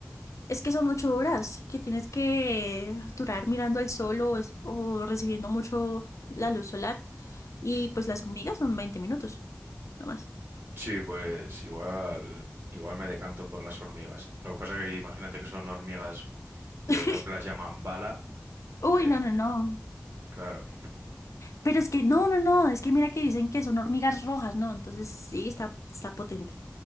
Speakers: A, on the left; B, on the right.
A: Es que son ocho horas que tienes que durar mirando al sol o, es- o recibiendo mucho la luz solar. Y
B: Ujú.
A: pues las hormigas son 20 minutos, no más.
B: Sí, pues igual, igual me decanto por las hormigas. Lo que pasa que imagínate que son hormigas, eh,
A: <laughs>
B: creo que las llaman bala.
A: Uy,
B: eh,
A: no, no, no.
B: claro,
A: Pero es que, no, no, no, es que mira que dicen que son hormigas rojas, ¿no? Entonces sí, está, está potente.